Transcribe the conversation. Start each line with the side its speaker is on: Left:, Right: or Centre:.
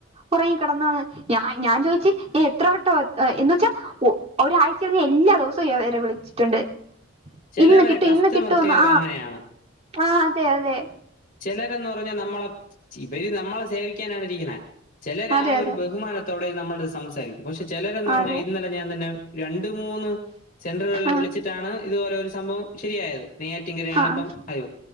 Right: ഉറങ്ങി കിടന്നന്ന് ഞാ ഞാൻ ചോദിച്ചു ഞ എത്രവ ട്ടം എന്നുവെച്ചാൽ ഒ ഒരാഴ്ച്ച ഞാൻ എല്ലാ ദിവസോം ഇവരെ വിളിച്ചിട്ടുണ്ട്.
Left: ചിലവരെ
Right: ഇന്ന് കിട്ടും
Left: കസ്റ്റമർ
Right: ഇന്ന് കിട്ടോന്നാ
Left: കെയർ അങ്ങനെയാണ്
Right: ആഹ് അതെ അതെ
Left: ചെലരന്ന് പറഞ്ഞാ നമ്മളെ ച്ചിവരി നമ്മളെ സേവിക്കാനാണ് ഇരിക്കണെ ചെലരാ
Right: അതെ
Left: ഒരു
Right: അതെ അതെ
Left: ബഹുമാനത്തോടെ നമ്മടത്ത് സംസാരിക്കും പഷേ ചെലരന്ന് പറഞ്ഞാ
Right: ആഹ്
Left: ഇന്നലെ ഞാൻ തന്നെ രണ്ട് മൂന്ന് സെൻറ്റർകളിൽ
Right: ആഹ്
Left: വിളിച്ചിട്ടാണ് ഇതുപോലെ ഒരു സംഭവം ശെരിയായത് നെയ്യാറ്റിങ്കരയാണ്
Right: ആഹ്
Left: അപ്പം അയ്യോ